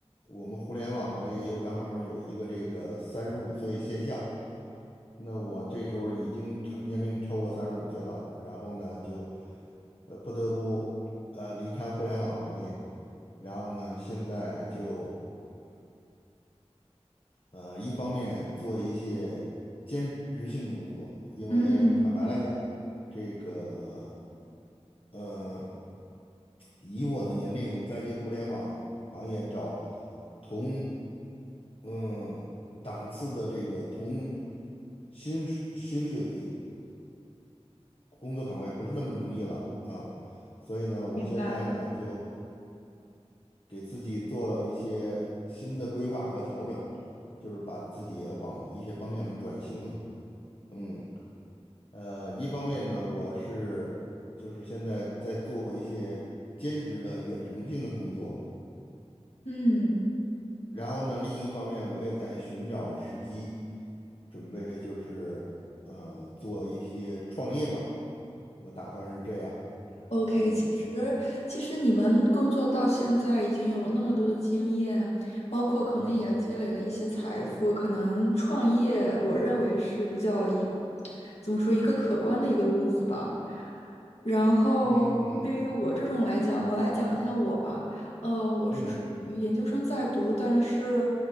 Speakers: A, on the left (about 55°); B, on the left (about 75°).
A: 我们互联网行业又刚好有一个这个三十五岁现象，那我这时候已经超年龄超过三十五岁了，然后呢就，呃不得不呃离开互联网行业，然后呢现在就呃一方面做一些兼职性的工作，因为坦白来讲，
B: 嗯，
A: 这个呃以我的年龄再去互联网行业找同嗯档次的这个同薪水薪水。工作岗位不是那么容易了啊，所以呢，我现在呢就
B: 明白。
A: 给自己做了一些新的规划和调整，就是把自己也往一些方向转型。嗯，呃，一方面呢，我是就是现在在做一些兼职的远程性的工作，
B: 嗯。
A: 然后呢，另一方面我也在寻找时机，准备就是呃做一些创业吧，我打算是这样。
B: OK，
A: 嗯
B: 其实其实你们工作到现在已经有了那么多的经验，包括可能也积累了一些财富，
A: 嗯
B: 可能创业，我认为是比较一，怎么说一个可观的一个路子吧。然后对于我这种来讲，
A: 嗯。嗯
B: 我来讲一下我吧。呃，我是属于研究生在读，
A: 嗯
B: 但是